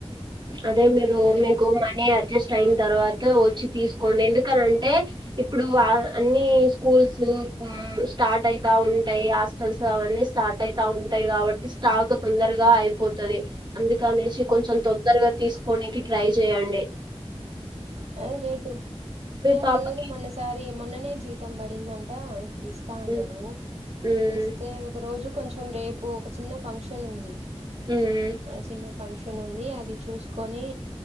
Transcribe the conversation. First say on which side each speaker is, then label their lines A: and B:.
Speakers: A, on the right; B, on the right.
A: అదే మీరు
B: అడిగి
A: మీకు మనీ అడ్జస్ట్ అయిన తర్వాత వచ్చి తీసుకోండి ఎందుకనింటే ఇప్పుడు అన్ని స్కూల్స్ స్టార్ట్ అయితా ఉంటాయి హాస్టల్స్ అవన్నీ స్టార్ట్ అయితా ఉంటాయి కాబట్టి స్టాక్ తొందరగా అయిపోతుది అందుకనేసి కొంచెం తొందరగా తీసుకోడానికి ట్రై చేయడి
B: అ రేపు ఏ
A: పాపకి
B: లేదు మొన్నసారి మొన్ననే జీతం పడిందంట ఇప్పుడు ఇస్తా అన్నాడు
A: హ్మ్. హ్మ్.
B: ఇస్తే ఒక రోజు కొంచెం రేపు ఒక చిన్న ఫంక్షన్ ఉంది
A: ఉమ్
B: చిన్న ఫంక్షన్ ఉంది అది చూసుకొని